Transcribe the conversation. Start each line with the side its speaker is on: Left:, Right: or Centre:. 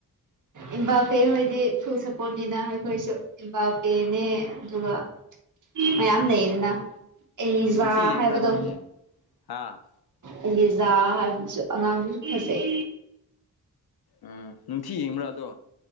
Right: ꯏꯕꯥꯄꯦ ꯍꯣꯏꯗꯤ ꯐꯨꯜ ꯁꯨꯞꯄꯣꯔꯠ꯭꯫ ꯄꯣꯠꯅꯤꯅ ꯑꯩꯈꯣꯏꯁꯨ ꯏꯕꯥꯄꯦꯅꯦ ꯑꯗꯨꯒ ꯃꯌꯥꯝ ꯂꯩꯌꯦꯗꯅ꯫ ꯑꯩꯖꯥ
Left: ꯅꯨꯡꯊꯤ ꯌꯦꯡꯕ꯭ꯔꯥꯅ
Right: ꯍꯥꯏꯕꯗꯣ꯫
Left: ꯍꯌꯦꯡ ꯍꯥ
Right: ꯑꯦꯂꯤꯖꯥ ꯍꯥꯏꯕꯗꯨꯁꯨ ꯑꯉꯥꯡꯗꯨꯁꯨ ꯐꯖꯩ꯫
Left: ꯎꯝ ꯅꯨꯡꯊꯤ ꯌꯦꯡꯕ꯭ꯔꯥꯗꯣ꯫